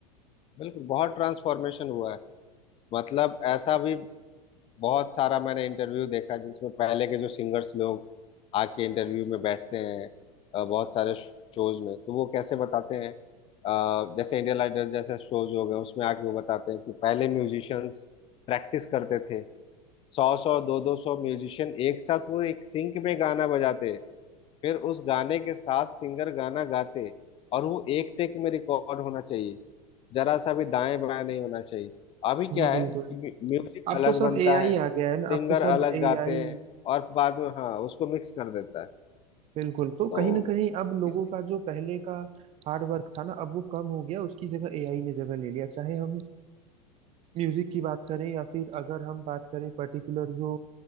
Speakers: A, on the left; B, on the right.
A: बिल्कुल बहुत ट्रांसफॉर्मेशन हुआ है मतलब ऐसा भी बहुत सारा मैंने इंटरव्यू देखा जिसमें पहले के जो सिंगर्स लोग आके इंटरव्यू में बैठते हैं अ, बहुत सारे शोज में तो वो कैसे बताते हैं अ, जैसे इंडियन आइडल जैसे शोज हो गए उसमें आके वो बताते हैं कि पहले म्यूजिशियंस प्रैक्टिस करते थे सौ सौ दो दो सौ म्यूजिशियन एक साथ वो एक सिंक में गाना बजाते फिर उस गाने के साथ सिंगर गाना गाते और वो एक टेक में रिकॉर्ड होना चाहिए जरा सा भी दाएं बाएं नहीं होना चाहिए अभी
B: जी
A: क्या
B: बिल्कुल
A: है कि म्यू- म्यूजिक
B: अब
A: अलग
B: तो सब
A: बनता
B: एआई
A: है
B: आ गया है ना
A: सिंगर
B: अब तो सब
A: अलग गाते
B: एआई
A: हैं और बाद में हाँ उसको मिक्स कर देता है
B: बिल्कुल तो
A: तो
B: कहीं ना कहीं अब लोगों
A: इसी
B: का जो पहले का हार्ड वर्क था ना अब वो कम हो गया उसकी जगह एआई ने जगह ले लिया चाहे हम म्यूजिक की बात करें या फिर अगर हम बात करें पर्टिकुलर जो